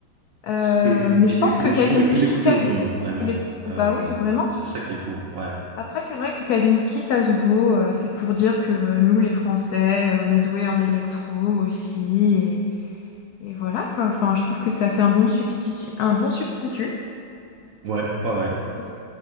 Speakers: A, on the left; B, on the right.
A: Euh,
B: C'est
A: mais
B: les,
A: je pense
B: les
A: que Kavinsky,
B: sont les plus écoutés
A: Ka-
B: au monde, réellement.
A: les plus- oh,
B: Euh,
A: bah oui, vraiment.
B: c'est ça qui est fou. Ouais,
A: Après, c'est vrai que Kavinsky, ça se vaut. euh, c'est pour dire que euh, nous, les Français, on est doués en électro aussi. Et, et voilà, quoi. Enfin, je trouve que ça fait un bon substitut. Un bon substitut.
B: ouais, ouais, ouais.
A: Et